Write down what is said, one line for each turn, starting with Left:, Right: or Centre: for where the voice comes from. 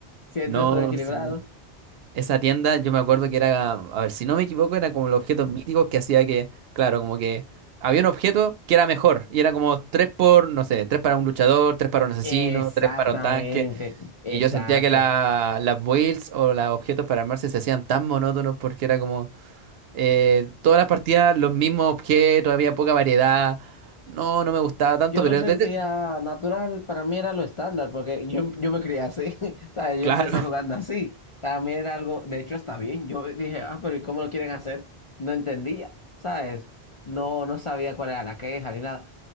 Left: Siento
Right: No
Left: esto equilibrado.
Right: sé. Esa tienda, yo me acuerdo que era, a ver, si no me equivoco, era como los objetos míticos que hacía que, claro, como que había un objeto que era mejor y era como tres por, no sé, tres para un luchador, tres para un asesino,
Left: Exactamente,
Right: tres para un tanque.
Left: exacto.
Right: Y yo sentía que la- las builds o los objetos para armarse se hacían tan monótonos porque era como eh, todas las partidas los mismos objetos, había poca variedad. No, no me gustaba tanto,
Left: Yo
Right: pero
Left: lo sentía
Right: desde...
Left: natural, para mí era lo estándar, porque yo, yo me crié así, <laughs> ¿sabes?
Right: Claro.
Left: Yo empecé jugando así. Para mí era algo, de hecho está bien. Yo dije, ah, pero ¿y cómo lo quieren hacer? No entendía, ¿sabes? No, no sabía cuál era la queja ni nada.